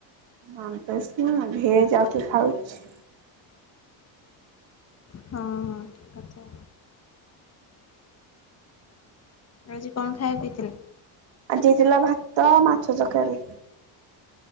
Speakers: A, on the right; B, on the left.
A: ନନ୍ ଭେଜ୍ ନୁହ ଭେଜ ଯାଉ କି ଖାଉଛି।
B: ହଁ ଠିକ୍ କଥା। ତଆଜି କଣ ଖାଇବା ଦେଇଥିଲେ?
A: ଆଜି ହେଇଥିଲା ଭାତ ମାଛ ତକାରୀ।